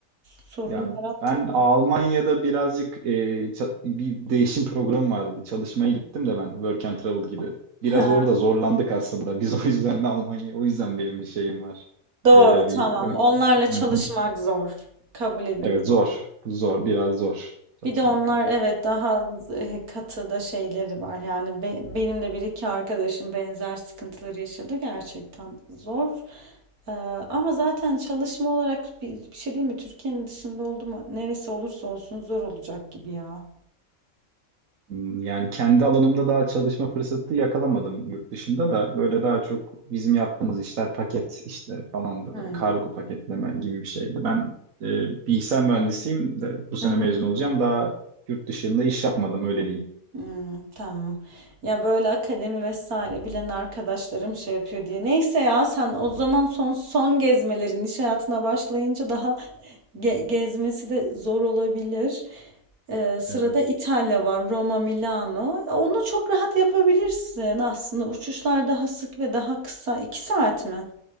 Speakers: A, on the right (about 85°); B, on the right (about 70°).
A: sorun
B: Ya
A: yarattı
B: ben
A: mı?
B: Almanya'da birazcık e, ça- bir değişim programı vardı. Çalışmaya gittim de ben Work and Travel gibi. Biraz
A: Ha,
B: orada zorlandık aslında. Biz <laughs> o yüzden de Almanya, o yüzden benim bir şeyim var.
A: doğru
B: E,
A: tamam.
B: bir, Ö-
A: Onlarla
B: Hı
A: çalışmak
B: hı.
A: zor. Kabul ediyorum.
B: Evet zor, zor, biraz zor çalışmak.
A: Bir de onlar evet daha e, katı da şeyleri var. Yani be- benim de bir iki arkadaşım benzer sıkıntıları yaşadı. Gerçekten zor. Ee, ama zaten çalışma olarak bir, bir şey değil mi? Türkiye'nin dışında oldu mu? Neresi olursa olsun zor olacak gibi ya.
B: Hmm, Yani kendi alanımda daha çalışma fırsatı yakalamadım yurt dışında da. Böyle daha çok bizim yaptığımız işler paket işleri falan da
A: Hmm.
B: böyle kargo paketleme gibi bir şeydi. Ben e, bilgisayar mühendisiyim de bu sene
A: Hmm.
B: mezun olacağım. Daha yurt dışında iş yapmadım öyle diyeyim.
A: Hmm, tamam. Ya böyle akademi vesaire bilen arkadaşlarım şey yapıyor diye. Neyse ya sen o zaman son son gezmelerin iş hayatına başlayınca daha ge- gezmesi de zor olabilir. Ee, sırada
B: Evet.
A: İtalya var, Roma, Milano. Onu çok rahat yapabilirsin aslında. Uçuşlar daha sık ve daha kısa. İki saat mi?